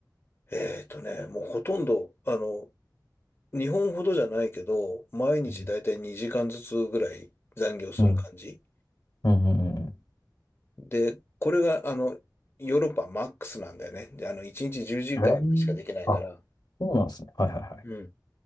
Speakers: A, on the left (about 35°); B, on the left (about 65°).
A: えっとね、もうほとんど、あの、日本ほどじゃないけど、毎日だいたい2時間ずつぐらい残業する感じ。
B: うん、うん、うん、うんうん。
A: で、これが、あの、ヨーロッパマックスなんだよね。で、あの、1日10時間までしかできないから、
B: えー、あ、そうなんですね。はい、はい、はい。
A: うん